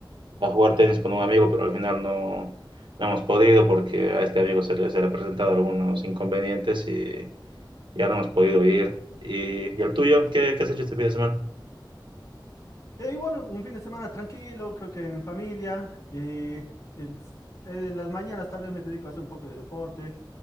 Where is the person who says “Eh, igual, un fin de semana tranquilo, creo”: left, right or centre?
Left